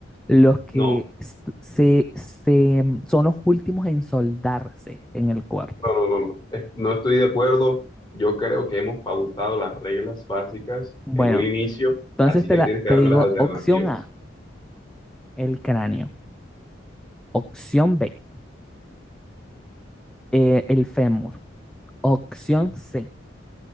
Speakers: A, in the centre; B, on the left.
A: los que
B: No.
A: s- se, se, mm, son los últimos en soldarse en el cuerpo.
B: No, no, no, no. Eh, No estoy de acuerdo. Yo creo que hemos pautado las reglas básicas
A: Bueno,
B: en un inicio,
A: entonces
B: así
A: te,
B: que
A: la,
B: tienes que
A: te
B: darme
A: digo
B: las alternativas.
A: opción A, el cráneo. Opción B, eh, el fémur. Opción C,